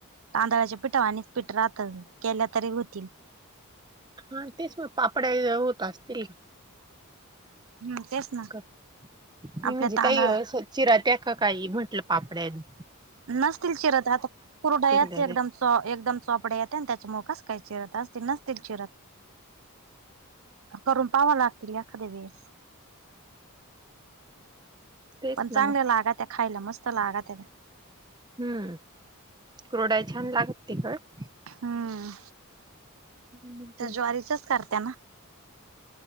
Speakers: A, on the right (about 65°); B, on the right (about 20°).
A: तांदळाच्या पिठा आणिच पीठ राहतं केल्या तरी होतील.
B: हा तेच मग पापडा हे होत असतील.
A: हम्म तेच ना
B: क नी
A: आपल्या
B: मी जी
A: तांदळा
B: ताई स चिरात्या का काही म्हटलं पापड्यान
A: नशतील चिरत आता पूर्डायाच
B: त्याच्या
A: एकदम चो एकदम चोपडे येते आणि त्याच्या मोखच काही चिरत असतील नसतील चिरत करून पाव्हा लागतील एखादे वीस
B: तेच
A: पण चांगले
B: ना मग
A: लागत हाय खायला मस्त लागा त्याला
B: हम्म क्रोडाय छान लागत ते खड
A: हम्म.
B: तिखट
A: त्या ज्वारीचच करता ना?